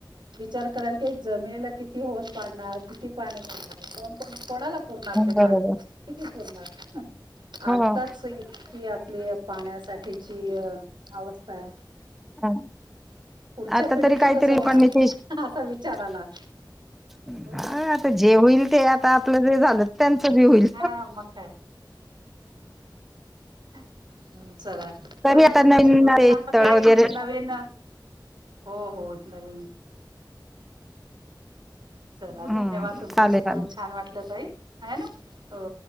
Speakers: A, on the right; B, in the centre.
A: विचार कराल की, जमिनीला किती होल पाडणार. किती पाणी घेणार. कोण -कोण कोणाला पुरणार ते
B: बरोबर
A: पाणी किती पुरणार.
B: हा
A: आत्ताच इतकी आपली पाण्यासाठीची अवस्था आहे.
B: हा
A: पुढच्या
B: आता
A: पिढीच
B: तरी काहीतरी
A: कसं होणार
B: <unintelligible>
A: असा विचार आला
B: हा
A: हो ना
B: जे होईल ते आता आपल जे झाल त्यान च बि होईल.
A: हा मग काय हम्. चला खरच
B: तरी आता
A: तुमच्याशी
B: नवीन
A: बोलून
B: ते
A: छान
B: स्थळ
A: वाटल. एक
B: वगैरे
A: नवीन हो -हो नवीन चला
B: हम्म
A: धन्यवाद. तुमच्याशी
B: चालेल
A: बोलून
B: चालेल
A: छान वाटल ताई आहे ना. हो